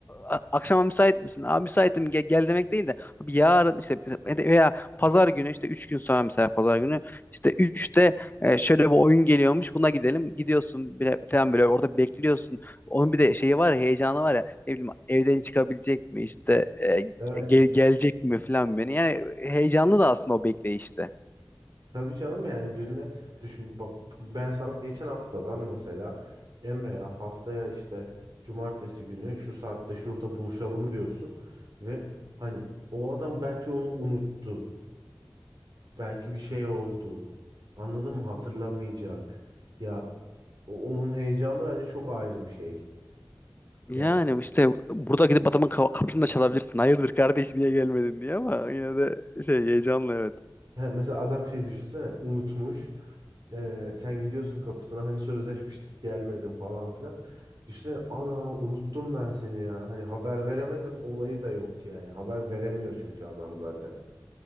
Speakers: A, on the left; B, on the right.
A: a- akşama müsait misin? Abi müsaitim ge- gel, demek değil de abi yarın işte veya pazar günü işte 3 gün sonra mesela pazar günü işte üçte. E, şöyle bir oyun geliyormuş buna gidelim gidiyorsun bile, falan böyle orada bekliyorsun onun bir de şeyi var ya heyecanı var ya ne bileyim evden çıkabilecek mi işte e,
B: evet.
A: ge- gelecek mi falan beni yani heyecanlı da aslında o bekleyişte.
B: Tabii canım yani birine düşün bak ben sana geçen haftadan mesela Emre'ya haftaya işte cumartesi günü şu saatte şurada buluşalım diyorsun ve hani o adam belki onu unuttu. Belki bir şey oldu. Anladın mı? Hatırlamayacak. Ya o- onun heyecanı bence çok ayrı bir şey.
A: Yani
B: Ya
A: işte burada gidip adamın ka- kapısını da çalabilirsin. Hayırdır kardeş niye gelmedin diye ama yine de şey heyecanlı evet.
B: He, mesela adam şey düşünsene unutmuş. Ee, sen gidiyorsun kapısına hani sözleşmiştik gelmedin falan filan. Düşünsene ana unuttum ben seni ya. Hani haber veremedim olayı da yok yani. Haber veremiyor çünkü adam zaten.